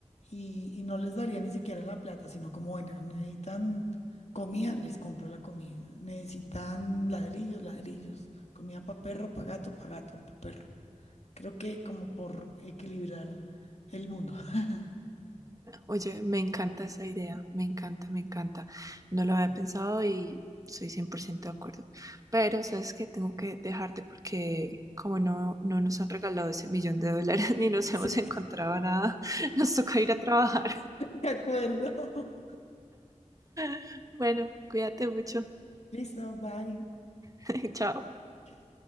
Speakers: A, on the left (about 60°); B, on the right (about 25°).
A: Y, y no les daría ni siquiera la plata, sino como, bueno, necesitan comida, les compro la comida. Necesitan ladrillos, ladrillos. Comida para perro, para gato, para gato, para perro. Creo que como por equilibrar el mundo. <laughs>
B: Oye, me encanta esa idea, me encanta, me encanta. No lo había pensado y soy 100% de acuerdo. Pero sabes que tengo que dejarte porque como no, no nos han regalado ese millón de dólares <laughs> ni nos
A: Sí,
B: hemos encontrado nada, <laughs> nos toca ir a trabajar.
A: <laughs> de acuerdo. <laughs>
B: <laughs> Bueno, cuídate mucho.
A: Listo, bye.
B: <laughs> Chao.
A: Chao.